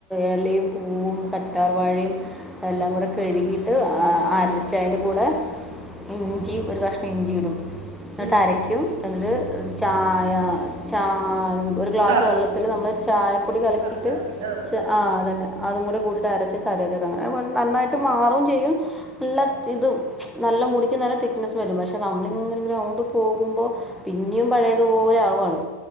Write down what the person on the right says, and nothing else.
ഉം
ഉം ഉം
കാപ്പി
കാപ്പി കാപ്പി ആഹ്
ആഹ്